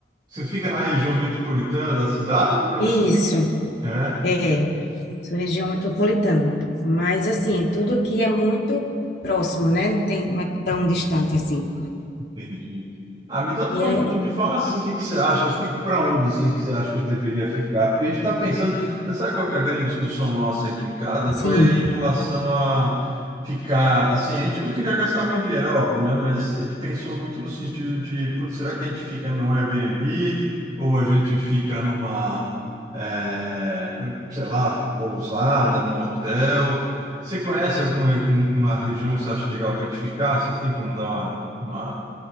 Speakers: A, on the right (about 25°); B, on the left (about 75°).
A: Você fica na região metropolitana da cidade ou
B: Isso,
A: você fica... É.
B: é. Sou região metropolitana. Mas, assim, tudo aqui é muito próximo, né? Não tem, não é tão distante assim.
A: Entendi. Ah, me dá um
B: E
A: toque,
B: é,
A: então me fala assim o que que você acha, eu fico para onde assim que você acha que eu deveria ficar? Porque a gente está pensando, você sabe qual que é a grande discussão nossa aqui em casa?
B: sim.
A: Foi em relação a ficar, assim, a gente não queria gastar muito dinheiro, é óbvio, né? Mas a gente pensou muito no sentido de, putz, será que a gente fica no Airbnb ou a gente fica numa, eh, sei lá, pousada, num hotel? Você conhece alguma uma região que você acha legal para a gente ficar? Você tem como dar uma uma